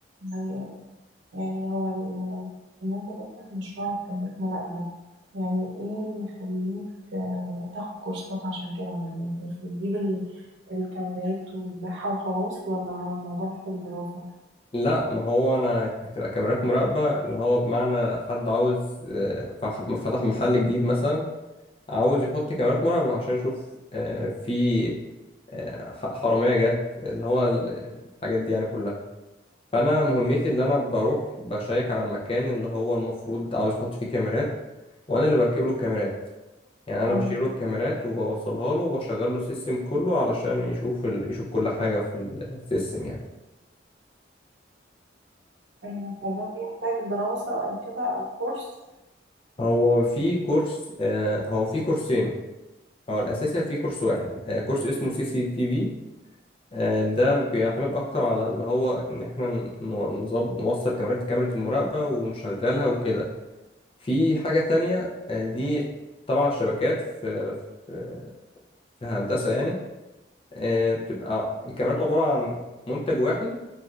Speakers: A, on the right (about 85°); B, on the left (about 30°).
A: يعني يعني هو ال- ان انت تفتح مشروع كاميرات مراقبة يعني ايه اللي يخليك آه، تاخد كورسات عشان كده يعني انت مش بتجيب ال- الكاميرات وتبيعها وخلاص ولا هو الموضوع محتاج دراسة
B: لا ما هو انا هتبقى كاميرات مراقبة اللي هو بمعنى حد عاوز آه، فح- فتح محل جديد مثلا عاوز يحط كاميرات مراقبة عشان يشوف آه، في آه، ح- حرامية جت اللي هو ال- الحاجات دي يعني كلها فانا مهمتي اللي انا بروح بشيك على المكان اللي هو المفروض عاوز يحط فيه كاميرات وانا اللي بركب له الكاميرات يعني انا
A: مم.
B: بشتري له الكاميرات وبوصلها له وبشغل له السيستم كله علشان يشوف ال... يشوف كل حاجه في السيستم يعني
A: الموضوع بيحتاج دراسة او كده او كورس
B: هو في كورس آه هو في كورسين هو الاساسي في كورس واحد آه كورس اسمه سي سي تي في آه ده بيعتمد اكتر على اللي هو ان احنا ن- نظب... نوصل كاميرات كاميرا المراقبه ونشغلها وكده في حاجه تانية آه دي طبعا الشبكات في في في هندسه يعني آه بتبقى الكاميرات عباره عن منتج واحد